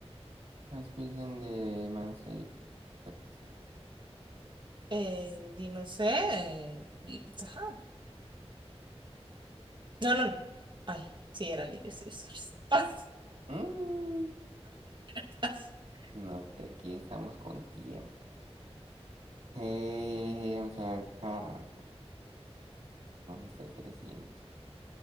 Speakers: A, on the right; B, on the right.
A: Las pizzas de Mansell. la pizza.
B: Eh, di, no sé, eh, di Pizza Hut. No, no, no. Ay, sí, era Little Caesars. <laughs>
A: Mm,
B: Ah, ah, ah,
A: no, que aquí estamos con tiempo. Eh, vamos a ver, car. Vamos a hacer trescientos